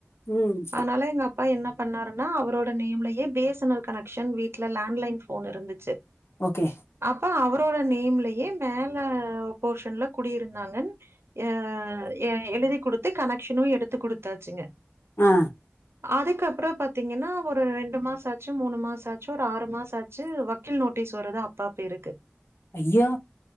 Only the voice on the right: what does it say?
அதுனால எங்க அப்பா என்ன பண்ணாருன்னா அவரோட நேம்லயே B S N L connection வீட்டில லண்ட்லைன் ஃபோன் இருந்துச்சு
அப்ப அவரோட நேம்லயே மேல போர்ஷன்ல குடியிருந்தாங்க அ எழுதி கொடுத்து கனெக்ஷனு எடுத்து கொடுத்தாச்சுங்க
அதுக்கப்பற பாத்தீங்கன்னா ஒரு ரெண்டு மாச ஆச்சு மூணு மாச ஆச்சு ஒரு ஆறு மாச ஆ ச்சு வக்கீல் நோட்டீஸ் வருது அப்பா பேருக்கு